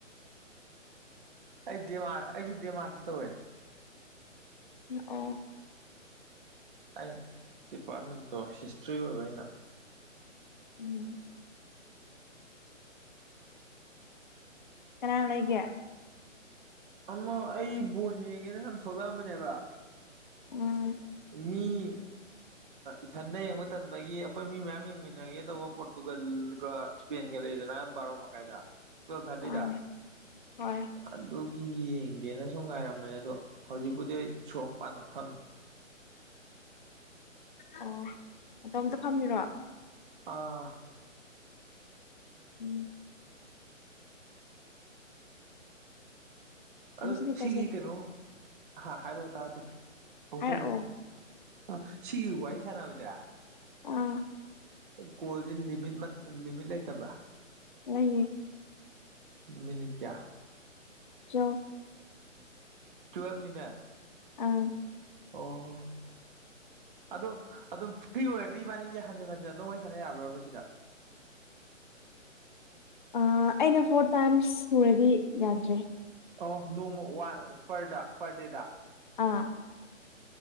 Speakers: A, on the right; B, on the left.
A: ꯑꯩ ꯗꯦꯃꯥꯔ ꯑꯩꯁꯨ ꯗꯦꯃꯥꯁꯤ ꯇꯧꯋꯦ
B: ꯑꯣ
A: ꯑꯩ ꯗꯤꯄꯥꯔꯠꯃꯦꯟꯇꯣ ꯍꯤꯁꯇ꯭ꯔꯤ ꯑꯣꯏꯕ ꯑꯩꯅ
B: ꯎꯝ ꯀꯅꯥ ꯂꯩꯒꯦ
A: ꯑꯃ ꯑꯩ ꯕꯣꯟ ꯌꯦꯡꯉꯦꯅ ꯁꯨꯝ ꯊꯣꯛꯂꯛꯑꯝꯕꯅꯦꯕ
B: ꯎꯝ
A: ꯃꯤ ꯏꯊꯟꯗ ꯌꯦꯡꯕ ꯃꯇꯝꯟꯗꯒꯤ ꯑꯩꯈꯣꯏ ꯃꯤ ꯃꯌꯥꯝ ꯌꯦꯡꯃꯤꯟꯅꯒꯦ ꯇꯧꯕ ꯄꯣꯔꯇꯨꯒꯜꯒ ꯏꯁꯄꯦꯟꯒ ꯂꯩꯗꯅ ꯕꯥꯔꯣ ꯃꯈꯥꯏꯗ ꯇꯨꯋꯦꯜꯞ ꯊꯥꯔꯇꯤꯗ
B: ꯍꯣꯏꯅꯦ ꯍꯣꯏ
A: ꯑꯗꯨꯒ ꯌꯦꯡꯒꯦꯅ ꯁꯨꯝ ꯉꯥꯏꯔꯝꯕꯅꯦ ꯑꯗꯣ ꯍꯧꯖꯤꯛꯄꯨꯗꯤ ꯑꯩ ꯁꯣꯔ ꯄꯥꯟꯅ ꯐꯝꯃꯤ
B: ꯑꯣ ꯑꯗꯣ ꯑꯝꯇ ꯐꯝꯕꯤꯔꯣ
A: ꯑꯥ
B: ꯎꯝ
A: ꯑꯗꯨ
B: ꯉꯁꯤꯗꯤ
A: ꯁꯤꯒꯤ
B: ꯀꯥꯏ ꯆꯠ
A: ꯀꯩꯅꯣ ꯍꯥ ꯍꯥꯏꯔꯛꯑꯣ ꯇꯥꯗꯦ ꯑꯃꯨꯛꯀ
B: ꯍꯥꯏꯔꯛꯑꯣ
A: ꯍꯜꯂꯣ ꯑ ꯁꯤꯒꯤ ꯋꯥ ꯑꯩ ꯁꯥꯟꯅꯕꯖꯥ
B: ꯑꯥ
A: ꯀꯣꯜꯁꯦ ꯂꯤꯃꯤꯠ ꯂꯤꯃꯤꯠ ꯂꯩꯇꯕ꯭ꯔꯥ
B: ꯂꯩꯌꯦ
A: ꯃꯤꯅꯤꯠ ꯀꯌꯥ
B: ꯆ
A: ꯇꯨꯋꯚ ꯃꯤꯠ
B: ꯑꯥ
A: ꯑꯣ ꯑꯗꯣ ꯑꯗꯨꯝ ꯐ꯭ꯔꯤ ꯑꯣꯏꯔꯗꯤ ꯏꯕꯥꯅꯤꯁꯦ ꯍꯟꯖꯤꯟ ꯍꯟꯖꯤꯟ ꯑꯗꯨꯝ ꯋꯥꯔꯤ ꯁꯥꯟꯅ ꯌꯥꯕ꯭ꯔꯕ ꯁꯤꯗ
B: ꯑꯩꯅ ꯐꯣꯔ ꯇꯥꯏꯝꯁ ꯁꯨꯔꯗꯤ ꯌꯥꯗ꯭ꯔꯦ
A: ꯑ ꯅꯣꯡꯃ ꯋꯥꯟ ꯄꯔꯗ ꯄꯔ ꯗꯦꯗ
B: ꯑꯥ